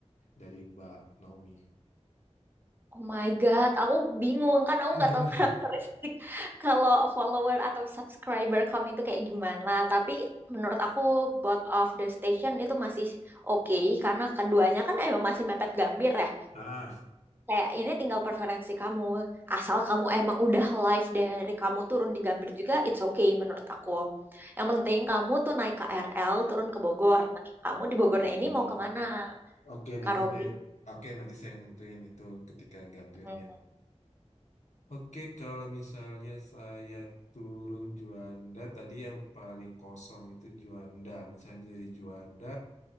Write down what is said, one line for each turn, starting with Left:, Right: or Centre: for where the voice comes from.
Left: dari Mbak Naomi.
Right: Oh my God, aku bingung kan aku
Left: Bingung
Right: nggak tahu karakteristik
Left: ya?
Right: <laughs> kalau follower atau subscriber kamu itu kayak gimana. Tapi menurut aku both of the station itu masih oke karena keduanya kan emang masih mepet gambir ya.
Left: Ah,
Right: Kayak ini tinggal preferensi kamu. Asal kamu emang udah live dari kamu turun di gambir juga, it's okay menurut aku. Yang penting kamu tuh naik KRL turun ke Bogor. Nah, kamu di Bogornya
Left: hmm.
Right: ini mau kemana,
Left: Oke,
Right: Kak
Left: nanti
Right: Robi?
Left: saya Oke, nanti saya nentuin itu ketika gambirnya.
Right: Hmm.
Left: Oke, kalau misalnya saya turun Juanda, tadi yang paling kosong itu Juanda. Misalnya dari Juanda,